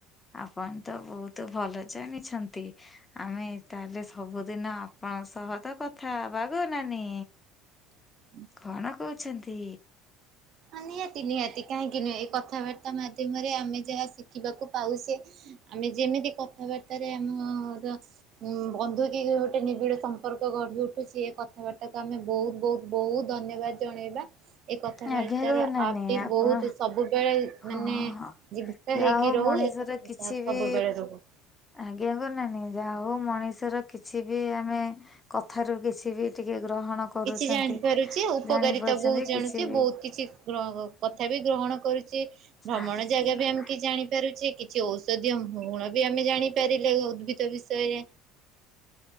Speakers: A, on the left; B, on the right.
A: ଆପଣ ତ ବହୁତ ଭଲ ଜାଣିଛନ୍ତି। ଆମେ ତାହେଲେ ସବୁଦିନ ଆପଣଙ୍କ ସହ ତ କଥା ହବା ଗୋ ନାନି।
B: <inaudible>
A: କଣ କହୁଛନ୍ତି?
B: ହଁ ନିହାତି ନିହାତି କାହିଁକି ନୁହେଁ ଏ କଥାବାର୍ତ୍ତା ମାଧ୍ୟମରେ ଆମେ ଯାହା ଶିଖିବାକୁ ପାଉଛେ ଆମେ ଯେମିତି କଥାବାର୍ତ୍ତାରେ ଆମର ବନ୍ଧୁ କି ଗୋଟେ ନିବିଡ ସମ୍ପର୍କ ଗଢି ଉଠୁ ସିଏ କଥାବାର୍ତ୍ତାକୁ ଆମେ ବହୁତ ବହୁତ ବହୁତ ଧନ୍ୟବାଦ ଜଣେଇବା। ଏ କଥାବାର୍ତ୍ତାର
A: ଆଜ୍ଞା ଗୋ ନାନୀ
B: ଆପ୍ ଟି
A: ଆପଣ
B: ବହୁତ ସବୁବେଳେ
A: ହଁ
B: ମାନେ
A: ହଁ
B: ଜୀବିତ
A: ଯାହା
B: ହେଇକି
A: ହଉ
B: ରହୁ
A: ମଣିଷର
B: ଏ କଥାବାର୍ତ୍ତା
A: କିଛି
B: ସବୁବେଳେ
A: ବି
B: ରହୁ।
A: ଆଜ୍ଞା ଗୋ ନାନି ଯାହା ହଉ ମଣିଷର କିଛି ବି ଆମେ କଥାରୁ କିଛି ବି ଟିକେ ଗ୍ରହଣ କରୁଛନ୍ତି
B: କିଛି ଜାଣିପାରୁଛି ଉପକାରିତା
A: ଜାଣି ପାରୁଛନ୍ତି
B: ବହୁତ ଜାଣୁଛି
A: କିଛି ବି
B: ବହୁତ କିଛି କଥା ବି ଗ୍ରହଣ କରୁଛି ଭ୍ରମଣ
A: ଆଜ୍ଞା
B: ଜାଗା
A: ଗୋ ନାନୀ।
B: ବି ଆମେ କି ଜାଣି ପାରୁଛେ କିଛି ଔଷଧୀୟ ଗୁଣ ବି ଆମେ ଜାଣିପାରିଲେ ଉଦ୍ଭିଦ ବିଷୟରେ